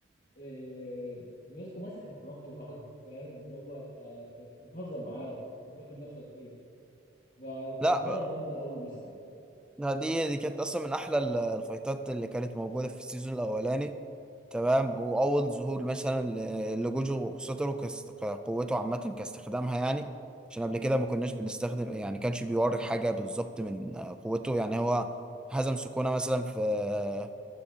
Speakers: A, on the left; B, in the centre.
A: آه، مسكه مسح بكرامته الارض فاهم اللي هو انت انت بتهزر معايا انت فاكر نفسك فين؟ ففيطايه
B: لا آه،
A: جامده قوي مثلا.
B: دي دي كانت اصلا من احلى ال- الفايتات اللي كانت موجوده في السيزون الاولاني تمام واول ظهور مثلا ل- لجوجو وخسوترو كاست- كقوته عامه كاستخدامها يعني عشان قبل كده ما كناش بنستخدم يعني كانش بيوري حاجه بالظبط من آه، قوته يعني هو هزم سكونة مثلا في